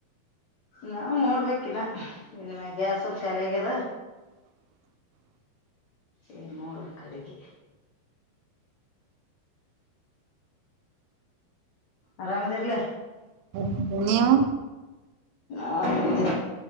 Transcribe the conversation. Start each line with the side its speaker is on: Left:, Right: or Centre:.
Left: ನಾ್ ನೋಡ್ಬೇಕಿನ ಇನ್ಮ ಗ್ಯಾಸ್ ಒಂದ ಕಾಲ ಆಗ್ಯದ
Right: <inaudible>
Left: ಏ ನೋಡ್ಬೇಕ ಅಡುಗೆ ಆರಾಮ ಆದರ್ಲ
Right: ಹ ನೀವು?
Left: ಆಡಿದ